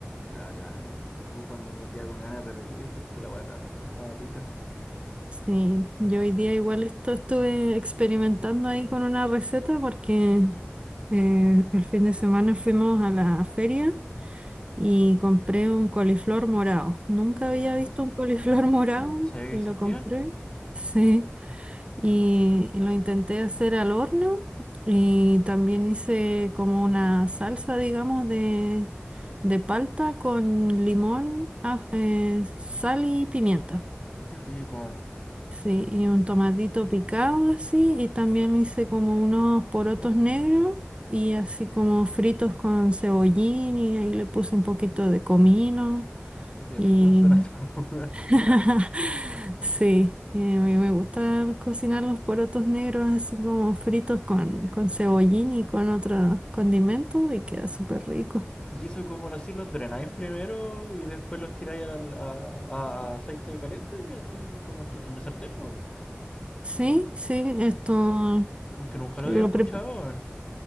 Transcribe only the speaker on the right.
Sí, yo hoy día igual esto estuve experimentando ahí con una receta porque eh, el fin de semana fuimos a la feria y compré un coliflor morado. Nunca
había visto un coliflor
<laughs> morado
y
lo compré. Sí, y lo intenté hacer al horno y también hice como una salsa, digamos, de, de palta con limón, aj- eh, sal y pimienta.
Sí, y un tomatito picado así, y también hice como unos porotos negros y así como fritos con cebollín y ahí le puse un poquito de comino
y
<laughs> sí, eh, a mí me gusta cocinar los porotos negros así como fritos con, con cebollín y con otros condimentos y queda súper rico.
Sí, sí, esto
lo
preparé